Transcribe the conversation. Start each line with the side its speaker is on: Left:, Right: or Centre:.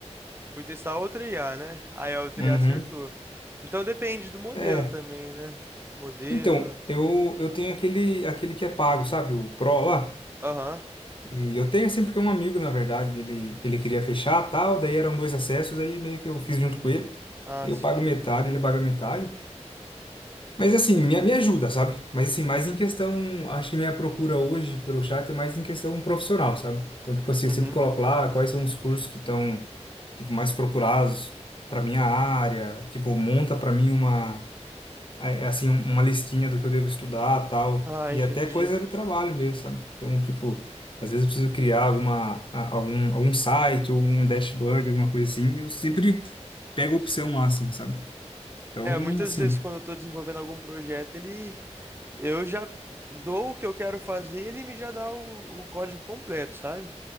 Right: fui testar outra IA, né? Aí a outra
Left: Uhum.
Right: IA acertou. Então depende do modelo
Left: É.
Right: também, né? Modelo.
Left: Então, eu, eu tenho aquele, aquele que é pago, sabe? O Pro lá.
Right: Aham.
Left: E eu tenho sempre que um amigo, na verdade, ele, ele queria fechar tal, daí eram dois acessos, aí meio que eu fiz junto com ele.
Right: Ah,
Left: Aí
Right: sim.
Left: eu pago metade, ele paga metade. Mas assim, me, me ajuda, sabe? Mas assim, mais em questão. Acho que minha procura hoje pelo chat é mais em questão profissional, sabe? Então, tipo assim,
Right: Uhum.
Left: eu sempre coloco lá quais são os cursos que estão, tipo, mais procurados para minha área. Tipo, monta para mim uma aí, é assim, um, uma listinha do que eu devo estudar, tal,
Right: Ah,
Left: e
Right: entendi.
Left: até coisa do trabalho mesmo, sabe? Tem um tipo, às vezes eu preciso criar alguma, a- algum, algum site ou um dashboard, alguma coisa assim, eu sempre pego a opção lá, assim, sabe? Então,
Right: É, muitas
Left: assim,
Right: vezes quando eu tô desenvolvendo algum projeto, ele eu já dou o que eu quero fazer, ele me já dá o, o código completo, sabe?